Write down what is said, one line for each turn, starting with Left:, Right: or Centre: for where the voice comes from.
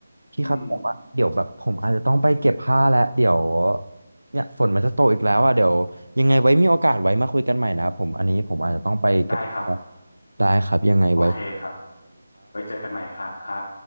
Right: พี่ครับแต่ว่าเดี๋ยวแบบผมอาจจะต้องไปเก็บผ้าแล้วเดี๋ยว
Left: อืม
Right: เนี่ยฝนมันจะตกอีกแล้วอ่ะเดี๋ยวยังไงไว้มีโอกาสไว้มาคุยกันใหม่นะครับผมอันนี้ผมอาจจะต้องไปเก็บผ้าแล้ว
Left: ได้ครับ
Right: ได้ครับยังไงไว้
Left: โอเคครับไว้เจอกันใหม่ครับครับ